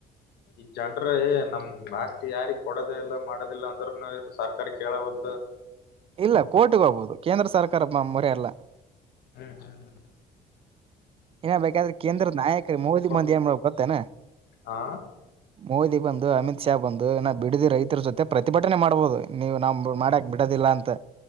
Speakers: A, on the left; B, on the right.
A: ಈ ಜನ್ರ ನಮ್ ಆಸ್ತಿ ಯಾರಿ ಕೊಡೋದ ಇಲ್ಲ ಮಾಡದಿಲ್ಲ ಅಂದ್ರೂನು ಸರ್ಕಾರ ಕೇಳವದು
B: ಇಲ್ಲ ಕೋರ್ಟಗ ಹೋಗ್ಬೋದು ಕೇಂದ್ರ ಸರ್ಕಾರ ಮೊರೆ ಅಲ್ಲ
A: ಹ್ಮ್ ಹ್ಮ್ ಹ್ಮ
B: ಏನ ಬೇಕಾದ್ರೆ ಕೇಂದ್ರ ನಾಯಕರ ಮೋದಿ ಮಂದಿ
A: ಹ್ಮ್
B: ಏನ್ ಮಾಡಬೇಕು ಗೊತ್ತೇನಾ
A: ಹಾ
B: ಮೋದಿ ಬಂದು ಅಮಿತ್ ಶಾ ಬಂದು ಇ ಬಿಡಿದಿ ರೈತರ ಜೊತೆ ಪ್ರತಿಭಟನೆ ಮಾಡ್ಬೋದು ನೀವು ನಾವು ಮಾಡಾಕ್ ಬಿಡೋದಿಲ್ಲ ಅಂತ